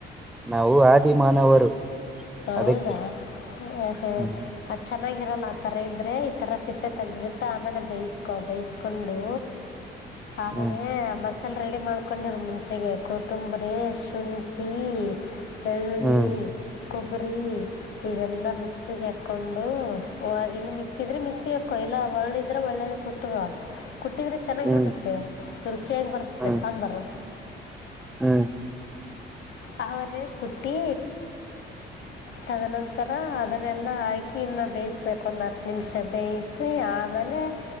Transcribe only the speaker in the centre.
ನಾವು ಆದಿ ಮಾನವರು
ಅದಕ್ಕೆ
ಹ್ಮ್
ಹ್ಮ್
ಹ್ಮ್
ಹ್ಮ್
ಹ್ಮ್
ಹ್ಮ್